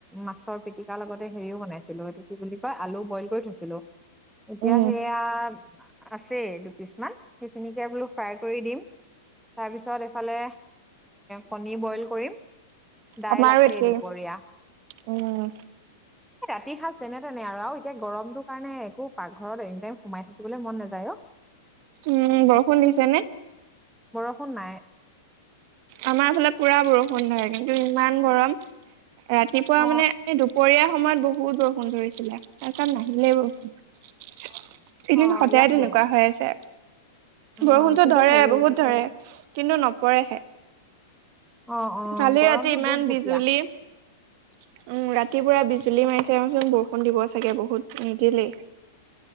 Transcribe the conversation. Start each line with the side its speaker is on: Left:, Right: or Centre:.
Centre: মাছৰ পিতিকা লগতে হেৰিও বনাম। পাইছিলো সেইটো কি বুলি কয় আলু বইল কৰি থৈছিলো। এতিয়া
Right: উম।
Centre: সেয়া আছে দুপিছমান সেইখিনিকে বোলো ফ্ৰাই কৰি দিম তাৰপিছত এইফালে কণী বইল কৰিম দাইল
Right: আমাৰো
Centre: আছে
Right: একেই
Centre: দুপৰীয়া
Right: উম।
Centre: ৰাতি সাজ যেনে- তেনে আৰু আৰু এতিয়া গৰমটোৰ কাৰণে একো পাকঘৰত এনি টাইম সোমাই থাকিবলৈ মন নাযায় অ,
Right: উম, বৰষুণ দিছে নে?
Centre: বৰষুণ নাই।
Right: আমাৰ ফালে পুৰা বৰষুণ ধৰ কিন্তু ইমান গৰম ৰাতিপুৱা
Centre: অ
Right: মানে এই দুপৰীয়া সময়ত বহুত বৰষুণ ধৰিছিলে তাৰপিছত নাহিলেই বৰষুণ। এদিন
Centre: অ
Right: সদায়
Centre: ইয়াত
Right: তেনেকুৱা
Centre: বৰ
Right: হৈ আছে আৰু।
Centre: অ
Right: বৰষুণতটো
Centre: কিন্তু
Right: ধৰে
Centre: হেৰি
Right: বহুত ধৰে
Centre: অ
Right: কিন্তু নপৰেহে।
Centre: অ অ
Right: কালি
Centre: গৰমটো
Right: ৰাতি ইমান
Centre: গোপ গোপীয়া
Right: বিজুলী উম, ৰাতি ৰাতি পুৰা বিজুলী মাৰিছে ৰচোন বৰষুণ দিব চাগে বহুত নিদিলেই।